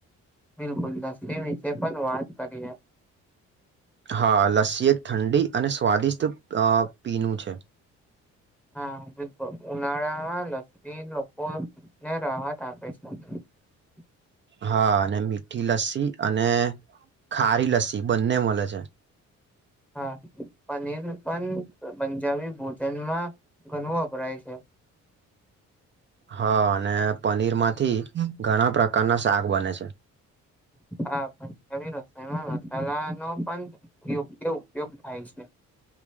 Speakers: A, in the centre; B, on the right (about 40°).
A: બિલકુલ લસ્સી વિશે પણ વાત કરીએ
B: હા લસ્સી એક ઠંડી અને સ્વાદિષ્ટ અ પીનું છે
A: હા બિલકુલ ઉનાળામાં લસ્સી લોકો ને રાહત આપે છે <inaudible>
B: હા અને મીઠી લસ્સી અને ખારી લસ્સી બંને મળે છે
A: હા પનીર પણ પંજાબી ભોજનમાં ઘણું વપરાય છે
B: હા અને પનીર માંથી ઘણા પ્રકારના શાક બને છે
A: હા પંજાબી રસાયણમાં મસાલા નો પણ યોગ્ય ઉપયોગ થાય છે